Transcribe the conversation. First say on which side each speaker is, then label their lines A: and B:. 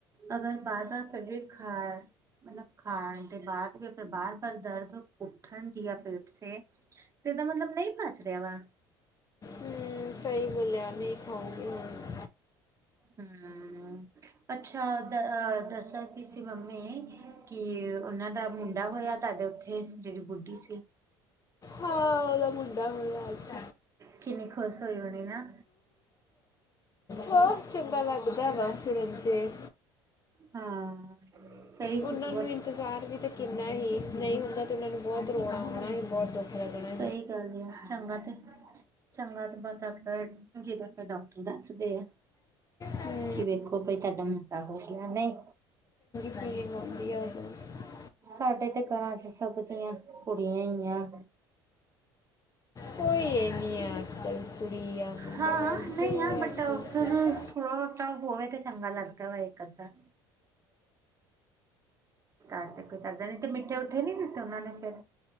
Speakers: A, on the right (about 25°); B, on the left (about 30°).
A: ਅਗਰ ਬਾਰ-ਬਾਰ ਫਿਰ ਵੀ ਖਾ- ਮਤਲਬ ਖਾਣ ਦੇ ਬਾਦ ਵੀ ਅਗਰ ਬਾਰ-ਬਾਰ ਦਰਦ ਉੱਠਣ ਦੀਆ ਪੇਟ ਚ ਤੇਦਾ ਮਤਲਬ ਨਹੀਂ ਭਜ ਰਿਹਾ ਵਾ
B: ਹੂੰ ਸਹੀ ਬੋਲਿਆ ਨਹੀਂ ਖਾਉਂਗੀ ਹੁਣ।
A: ਹੂੰ ਅੱਛਾ ਦ ਦੱਸਾਂਦੀ ਕੀ ਸੀ ਮੰਮੀ ਕੀ ਉਹਨਾਂ ਦਾ ਮੁੰਡਾ ਹੋਇਆ ਤੁਹਾਡੇ ਉੱਥੇ। ਇਹ ਜਿਹੜੀ ਬੁੱਢੀ ਸੀ।
B: ਹਾਂ ਉਹਦਾ ਮੁੰਡਾ ਹੋਇਆ ਅੱਜ
A: ਕਿਨੀ ਖੋਸ ਹੋਈ ਹੋਣੀ ਨਾ
B: ਹੂੰ ਚੰਗਾ ਲੱਗਦਾ ਵਾ ਸੁਣਨ ਚੇ
A: ਹਾਂ। ਸਹੀ
B: ਉਹਨਾਂ
A: ਚੀਜ਼ ਬਹੁਤ
B: ਨੂੰ ਇੰਤਜ਼ਾਰ ਵੀ ਤਾਂ ਕਿੰਨਾ ਹੀ। ਨਹੀਂ ਹੁੰਦਾ ਤੇ ਉਹਨਾਂ ਨੂੰ ਬਹੁਤ ਰੌਣਾ ਆਉਣਾ ਹੈ ਬਹੁਤ ਦੁੱਖ ਲੱਗਣਾ।
A: ਸਹੀ ਗੱਲ ਆ ਚੰਗਾ ਤੇ ਚੰਗਾ ਬ ਡਾਕਟਰ ਕਿ ਕਹਿੰਦਾ ਡਾ ਦੱਸਦੇ ਆ
B: ਹਮ,
A: ਕਿ ਵੇਖੋ ਭਾਈ ਤੁਹਾਡਾ ਮੁੰਡਾ ਹੋ ਨਹੀਂ
B: ਠੀਕ ਹੋ‌ਣਾ- <unintelligible>
A: ਸਾਡੇ ਤੇ ਘਰਾਂ ਚ ਸਭ ਦੀਆਂ ਕੁੜੀਆਂ ਈ ਆ।
B: ਕੋਈ ਇਹ ਨਹੀਂ ਆ ਅੱਜ ਕੱਲ ਕੁੜੀ ਆ ਮੁੰਡਾ
A: ਹਾਂ
B: ਆ,
A: ਨਹੀਂ
B: ਜੋ
A: ਆ ਬਟ
B: ਠੀਕ
A: ਫਿਰ
B: ਹੈ
A: ਵੀ ਹੋ ਤਾਂ ਹੋਏ ਤਾਂ ਚੰਗਾ ਲੱਗਦਾ ਵਾ ਇੱਕ-ਅੱਧਾ ਕਰ ਤੇ ਕੋਈ ਸਕਦਾ ਨੀ ਤੇ ਮਿੱਠੇ ਉਥੇ ਨੀ ਦਿੱਤੇ ਉਹਨਾ ਨੇ ਫੇਰ